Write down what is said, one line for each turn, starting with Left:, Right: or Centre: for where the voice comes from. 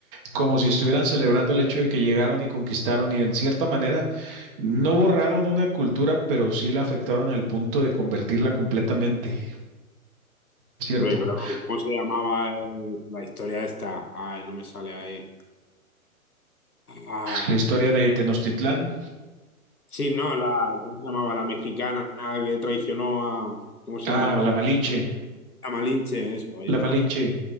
Right: Como si estuvieran celebrando el hecho de que llegaron y conquistaron y en cierta manera no borraron una cultura, pero sí la afectaron al punto de convertirla completamente. Cierto.
Left: Hombre, claro, ¿cómo se llamaba el, la historia esta? Ay, no me sale ahí. Ah,
Right: La historia de Tenochtitlán.
Left: Sí, no, la, ¿cómo se llamaba? La mexicana que traicionó a, ¿cómo se
Right: Ah,
Left: llama el nombre?
Right: la Malinche.
Left: A Malinche, eso, ahí
Right: La
Left: está.
Right: Malinche.